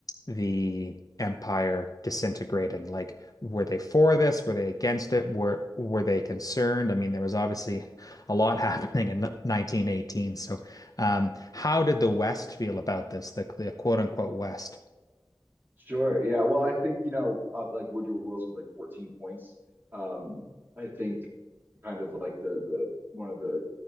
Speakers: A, on the left (about 40°); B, on the right (about 20°).
A: the empire disintegrating? Like were they for this? Were they against it? Were were they concerned? I mean, there was obviously a lot <laughs> happening in 1918. So um how did the West feel about this? The the quote unquote West.
B: Sure. Yeah. Well, I think, you know, uh, like Woodrow Wilson's like 14 points. Um, I think kind of like the the one of the